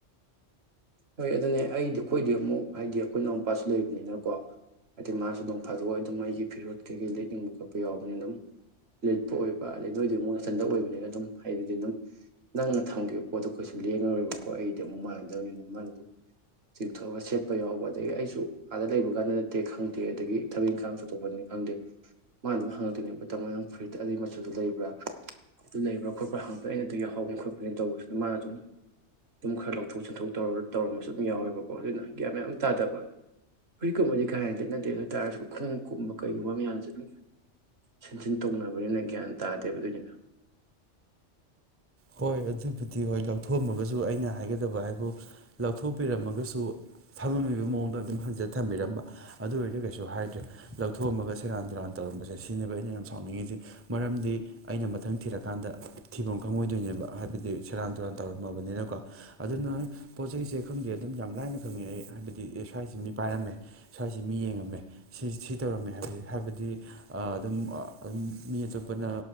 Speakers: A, on the right; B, on the right.
A: ꯍꯣꯏ ꯑꯗꯨꯅꯦ ꯑꯩꯗꯤ ꯑꯩꯈꯣꯏꯗꯤ ꯑꯃꯨꯛ ꯍꯥꯏꯗꯤ ꯑꯩꯈꯣꯏ ꯏꯅꯥꯎꯅꯄꯥꯁꯨ ꯂꯩꯕꯅꯤꯅꯀꯣ ꯑꯗꯩ ꯃꯥꯁꯨ ꯅꫭꯡꯐꯥꯗꫭꯛ ꯑꯗꯨꯝ ꯑꯩꯒꯤ ꯐꯤꯔꯣꯠ ꯀꯩꯀꯩ ꯂꯤꯠꯅꯤꯡꯕ ꯈꯣꯠꯄ ꯌꯥꯎꯕꯅꯤ ꯑꯗꯨꯝ ꯂꯤꯠꯄ ꯑꯣꯏꯕ ꯑꯗꯩ ꯅꫭꯏꯗꯤ ꯑꯃꯨꯛ ꯅꯊꯟꯗꯛ ꯑꯣꯏꯕꯅꯤꯅ ꯑꯗꯨꯝ ꯍꯥꯏꯕꯗꯤ ꯑꯗꯨꯝ ꯅꯪꯅ ꯊꯝꯈꯤꯕ ꯄꯣꯠꯇꯣ ꯀꯩꯁꯨ ꯂꯦꯡꯉꯔꫭꯏꯕꯀꯣ ꯑꯩꯗꯤ ꯑꯃꯨꯛ ꯃꯥꯟꯅꯗꯧꯔꯤꯅꯦ ꯃꯥꯅ ꯑꯗꯨ ꯆꯤꯡꯊꯣꯛꯑꯒ ꯁꯦꯠꯄ ꯌꯥꯎꯕ ꯑꯗꯒꯤ ꯑꯩꯁꯨ ꯑꯥꯗ ꯂꯩꯕ ꯀꯥꯟꯗ ꯅꯠꯇꯦ ꯈꯪꯗꯦ ꯑꯗꯒꯤ ꯊꯕꯛ ꯏꯪꯈꯥꯡ ꯆꯠꯊꯣꯛꯄꯅꯤ ꯈꯪꯗꯦ ꯃꯥ ꯑꯗꯨꯝ ꯍꯪꯉꯛꯇꯣꯏꯅꯦ ꯇꯃꫭ ꯅꯪ ꯐꯨꯔꯤꯠꯇꫭ ꯑꯗꯨꯏ ꯃꯆꯨꯗꫭ ꯂꯩꯕ꯭ꯔꯥ ꯑꯗꯨ ꯂꯩꯕ꯭ꯔ ꯈꯠ꯭ꯔ ꯍꯪꯉꯥꯛꯄ ꯑꯩꯅꯗꯤ ꯌꯥꯍꯥꯎꯕꯅꯤ ꯈꯣꯠꯄꯅꯤꯅ ꯇꯧꯕꯁꯤꯅ ꯃꯥꯅ ꯑꯗꯨꯝ ꯑꯗꯨꯝ ꯈꯔ ꯂꯧꯊꯣꯛ ꯆꯤꯡꯊꯣꯛ ꯇꯧꯔ ꯇꯧꯔꯝꯕꯁꯨꯝ ꯌꯥꯎꯋꯦꯕꯀꯣ ꯑꯗꯨꯅ ꯒ꯭ꯌꯥꯟ ꯃꯦꯟ ꯑꯝꯇ ꯇꯥꯗꯕ ꯐꯨꯔꯤꯠ ꯀꯨꯕꯗꯤ ꯀꯥ ꯍꯦꯟꯅꯥ ꯂꯤꯠꯅꯗꯦ ꯑꯗꯨ ꯇꯥꯔꯁꯨ ꯈꯣꯡꯞ ꯀꯨꯝꯕ ꯀꯩꯒꯨꯝꯕ ꯃꯌꯥꯝꯁꯦ ꯑꯗꯨꯝ ꯁꯤꯟꯁꯤꯟ ꯇꯧꯅꯕꯅꯤꯅ ꯒ꯭ꯌꯥꯟ ꯇꯥꯗꯦꯕ ꯑꯗꯨꯏꯅꯤꯗ
B: ꯍꯣꯏ ꯑꯗꯨꯕꯨꯗꯤ ꯍꯣꯏ ꯂꯧꯊꯣꯛꯑꯝꯃꯒꯁꯨ ꯑꯩꯅ ꯍꯥꯏꯒꯗꯕ ꯍꯥꯏꯕꯨ ꯂꯧꯊꯣꯛꯄꯤꯔꯝꯃꯒꯁꯨ ꯊꯝꯃꯝꯃꯤꯕ ꯃꯑꯣꯡꯗ ꯑꯗꯨꯝ ꯍꯟꯖꯤꯜꯂꯥ ꯊꯝꯕꯤꯔꯝꯕ ꯑꯗꯨ ꯑꯣꯏꯔꯗꯤ ꯀꯩꯁꯨ ꯍꯥꯏꯗ꯭ꯔꯦ ꯂꯧꯊꯣꯛꯑꯝꯃꯒ ꯁꯦꯔꯥꯟ ꯇꯨꯔꯥꯟ ꯇꯧꯔꯝꯕꯁꯦ ꯁꯤꯅꯦꯕ ꯑꯩꯅ ꯌꯥꯝ ꯁꯥꯎꯅꯤꯡꯉꯤꯁꯤ ꯃꯔꯝꯗꯤ ꯑꯩꯅ ꯃꯊꯪ ꯊꯤꯔꯀꯥꯟꯗ ꯊꯤꯐꯝ ꯈꯪꯉꯣꯏ ꯑꯗꯨꯣꯏꯅꯦꯕ ꯍꯥꯏꯕꯗꯤ ꯁꯦꯔꯥꯟ ꯇꯨꯔꯥꯟ ꯇꯧꯔꯝꯃꯕꯅꯤꯅꯀꯣ꯫ ꯑꯗꯨꯅ ꯄꯣꯠ ꯆꯩꯁꯦ ꯈꯪꯗꯦ ꯑꯗꯨꯝ ꯌꯥꯝ ꯂꯥꯏꯅ ꯈꯪꯉꯦ ꯑꯩ ꯍꯥꯏꯕꯗꯤ ꯑꯦꯁ꯭ꯋꯥꯏꯁꯤ ꯃꯤ ꯄꯥꯏꯔꯝꯃꯦ꯫ ꯁ꯭ꯋꯥꯏꯁꯤ ꯃꯤ ꯌꯦꯡꯉꯝꯃꯦ ꯁꯤ ꯇꯧꯔꯝꯃꯦ ꯍꯥꯏꯕꯁꯦ ꯍꯥꯏꯕꯗꯤ ꯑꯗꯨꯝ ꯑꯗꯨꯝ ꯃꯤ ꯑꯇꯣꯞꯄꯅ